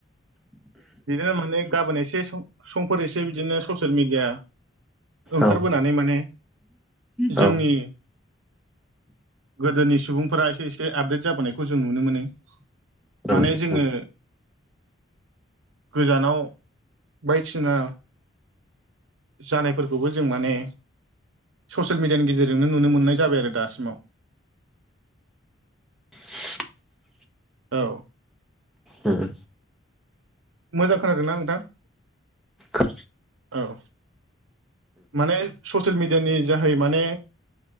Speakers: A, on the right (about 85°); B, in the centre.
A: बिदिनो माने गाबोन एसे समफोर एसे बिदिनो ससियेल मेडिया ओंखारबोनानै
B: औ
A: माने
B: औ
A: जोंनि गोदोनि सुबुंफोरा एसे एसे आपडेट जाबोनायखौ जों नुनो मोनो माने
B: उम
A: जोङो।
B: उम औ उम
A: गोजानाव बायदिसिना जानायफोरखौबो जों माने ससियेल मिडियानि गेजेरजोंनो नुनो मोननाय जाबाय आरो दासिमाव।
B: <inaudible>
A: औ।
B: उम।
A: मोजां खोनादोंना नोंथां?
B: खो
A: औ। माने ससियेल मिडियानि जाहै माने